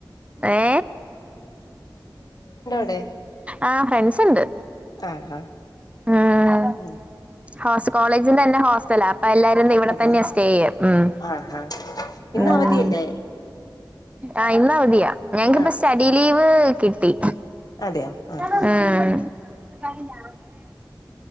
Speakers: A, on the right; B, on the left.
A: ഏ
B: ടെ
A: ആ ഫ്രണ്ട്സ് ഉണ്ട്
B: ആ ഹാ
A: ഉം
B: മൂ
A: ഹോസ് കോളേജിന്റെ താന്നെ ഹോസ്റ്റലാ അപ്പൊ എല്ലാരും ഇന്ന് ഇവിടെ
B: അതെല്ലേ
A: തന്നെയാ സ്റ്റേയ്യ് ഉം
B: ആഹ് ആഹ് ഇന്ന്
A: ഉം
B: അവധിയല്ലേ
A: ആ ഇന്ന അവതിയ ഞങ്‌ക്ക്‌പ്പ
B: ആഹ്
A: സ്റ്റഡി ലീവ് കിട്ടി
B: അതെയോ
A: ഉം
B: ആഹ് ആഹ്